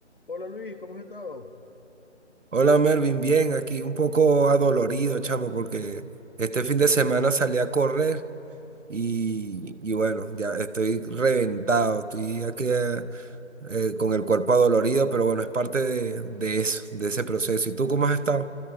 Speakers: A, on the left; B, on the right.
A: Hola Luis, ¿cómo has estado?
B: Hola Mervin, bien, aquí un poco adolorido, chamo, porque este fin de semana salí a correr y, y bueno, ya estoy reventado, estoy aquí eh, eh, con el cuerpo adolorido, pero bueno, es parte de, de eso, de ese proceso. ¿Y tú cómo has estado?